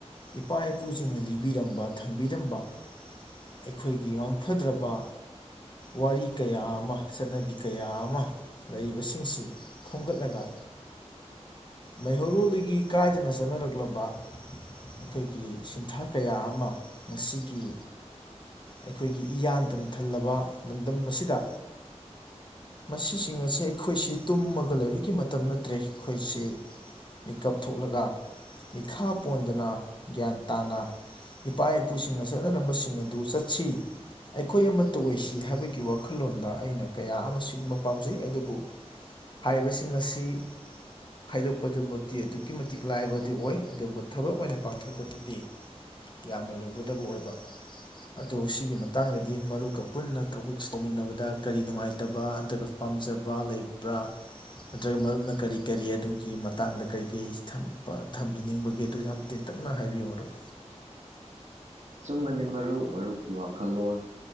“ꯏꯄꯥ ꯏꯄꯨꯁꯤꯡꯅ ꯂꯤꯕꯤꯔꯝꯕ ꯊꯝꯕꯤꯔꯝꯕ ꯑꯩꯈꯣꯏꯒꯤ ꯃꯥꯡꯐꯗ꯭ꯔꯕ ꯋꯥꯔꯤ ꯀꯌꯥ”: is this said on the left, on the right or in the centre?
Left